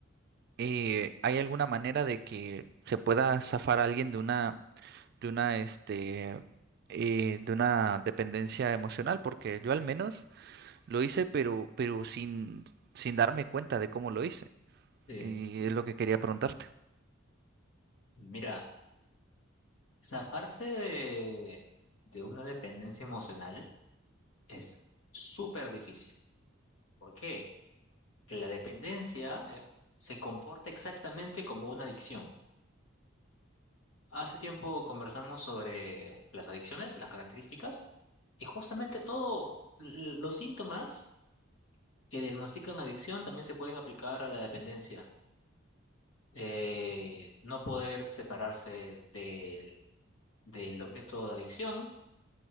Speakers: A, on the right; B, on the left.
A: eh, ¿hay alguna manera de que se pueda zafar a alguien de una de una, este, eh, de una dependencia emocional, porque yo al menos lo hice, pero, pero sin, sin darme cuenta de cómo lo hice.
B: Sí,
A: Y es lo que quería preguntarte.
B: mira, zafarse de, de una dependencia emocional es súper difícil. ¿Por qué? Que la dependencia eh, se comporta exactamente como una adicción. Hace tiempo conversamos sobre las adicciones, las características, y justamente todos los síntomas que diagnostican adicción también se pueden aplicar a la dependencia. Eh, no poder separarse del del objeto de adicción